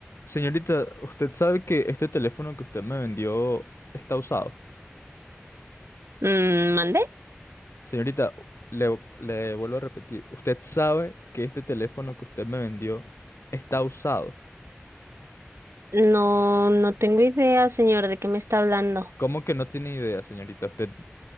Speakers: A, on the left (about 75°); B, on the right (about 80°).
A: Señorita, usted sabe que este teléfono que usted me vendió está usado.
B: Mm, ¿Mande?
A: Señorita, le, le vuelvo a repetir, usted sabe que este teléfono que usted me vendió está usado.
B: No, no tengo idea, señor, de qué me está hablando.
A: ¿Cómo que no tiene idea, señorita? Usted,